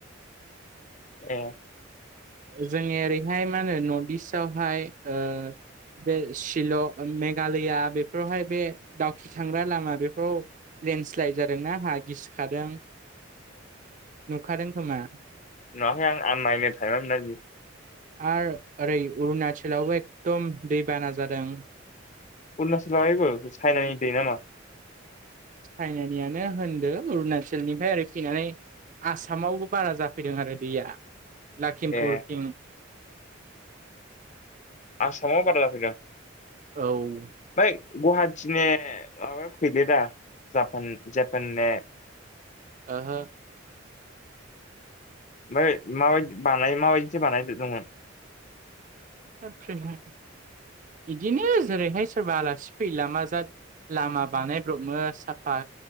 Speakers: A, on the left; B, on the right.
A: ए
B: जोंनि ओरैहाय मा होनो नर्थ इस्ट आवहाय ओ बे शिल' मेघालया बेफोरावहाय बे दावखि थांग्रा लामा बेफोराव लेन्डस्लाइड जादोंना हा गिसिखादों नुखादों खोमा
A: नुङाखै आं आं माइनो थाइमानो मोना बिदि
B: आरो ओरै अरुनाचलावबो एकदम दैबाना जादों
A: अरुणाचलावहायबो चाइनानि दै नामा
B: साइनानियानो होनदो अरुणचलनिफ्राय ओर फैनानै आसामावबो बारा जाफैदों आरो दैया लखिमपुरथिं
A: ए आसामाव बारा जाफैदों
B: औ
A: फ्राय गुवाहाटिनि माबाया फैले दा जापान जापाना
B: ओहो
A: ओफ्राय माबायदि बानाय माबायदिथो बानायदोंमोन
B: बिदिनो जेरैहाय सोरबा आलासि फै लामा जा लामा बानायब्रबनो साफा